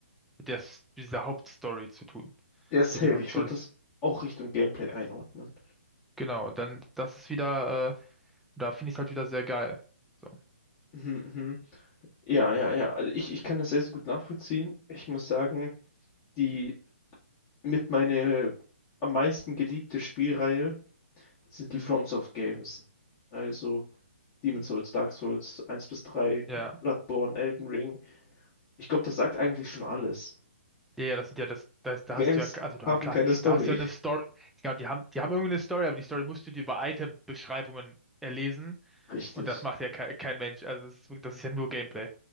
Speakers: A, in the centre; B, on the left (about 25°).
A: mit der, S- dieser Hauptstory zu tun.
B: Ja, safe.
A: So die Hauptstory.
B: Ich würde das auch Richtung Gameplay einordnen.
A: Genau, und dann, das ist wieder, äh, da finde ich es halt wieder sehr geil. So.
B: Mhm, mhm. Ja, ja, ja. Also ich, ich kann das sehr, sehr gut nachvollziehen. Ich muss sagen, die mit meine am meisten geliebte Spielreihe sind die
A: hm.
B: FromSoft Games. Also Demon's Souls, Dark Souls 1 bis 3,
A: Ja,
B: Bloodborne, Elden Ring. Ich glaube, das sagt eigentlich schon alles.
A: ja, ja, ja, das sind ja das, das, da
B: Die Games
A: hast du ja, also da
B: haben
A: klar,
B: keine Story.
A: da hast du ja eine Story, genau, die haben, die haben irgendwie eine Story, aber die Story musst du dir über Item-Beschreibungen erlesen
B: Richtig.
A: und das macht ja kein, kein Mensch, also das ist, wirklich- das ist ja nur Gameplay.